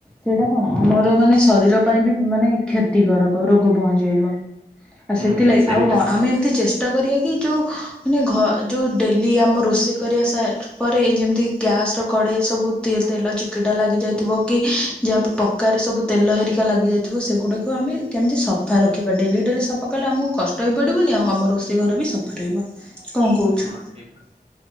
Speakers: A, in the centre; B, on the right.
A: ସେଟା କଣ ଆମର ମାନେ ଶରୀର ପାଇଁ ବି ମାନେ କ୍ଷତିକାରକ ରୋଗ ପହଞ୍ଚେଇବ ଆଉ
B: ହୁଁ
A: ସେଥିଲାଗି
B: ସେଇଟା
A: ଆଉ ହଁ ଆମେ ଏମତି ଚେଷ୍ଟା କରିବା କି ଯୋଉ ମାନେ ଘ ଯୋଉ ଡେଲି ଆମ ରୋଷେଇ କରିବା ସାଟ ପରେ ଯେମତି ଗ୍ୟାସର କଡେଇ ସବୁ ତେ ତେଲ ଚିକିଟା ଲାଗିଯାଇଥିବ କି ଯାହାବି ପକାରେ ସବୁ ତେଲ ହେରିକା ଲାଗିଯାଇଥିବ ସେଗୁଡାକୁ ଆମେ କେମତି ସଫା ରଖିବା ଡେଲି ଡେଲି ସଫ ପକେଇଲେ ଆମକୁ କଷ୍ଟ ବି ପଡିବନି ଆଉ ଆମ ରୋଷେଇ ଘର ବି ସଫା ରହିବ। କଣ କହୁଛୁ?
B: ହଁ ଠିକ୍ କଥା।